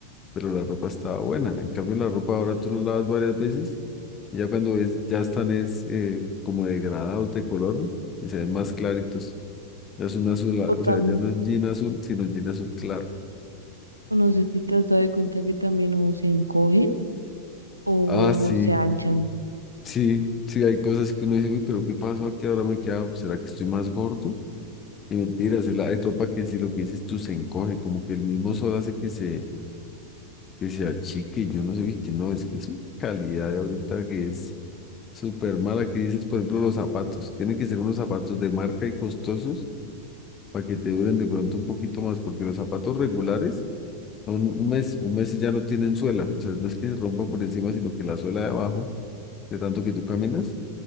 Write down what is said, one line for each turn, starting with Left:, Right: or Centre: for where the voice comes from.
Left: pero la ropa estaba buena. En cambio, la ropa ahora tú la lavas varias veces y ya cuando ves, ya están es eh, como degradados de color y se ven más claritos. Ya es un azul, ah,
Right: O también,
Left: o sea, ya no es jean azul, sino jean azul claro.
Right: no sé si te has dado cuenta que también o se encogen o
Left: Ah, sí.
Right: se anchan.
Left: Sí, sí, hay cosas que uno dice, uy, pero ¿qué pasó aquí? Ahora me queda, ¿será que estoy más gordo? Y mentiras, es la- hay tropa que si lo que dices tú se encoge, como que el mismo sol hace que se, que se achique, yo no sé, vi que no, es que es una calidad de ahorita que es súper mala, que dices, por ejemplo, los zapatos, tienen que ser unos zapatos de marca y costosos para que te duren de pronto un poquito más, porque los zapatos regulares son un mes, un mes y ya no tienen suela, o sea, no es que se rompan por encima, sino que la suela de abajo, de tanto que tú caminas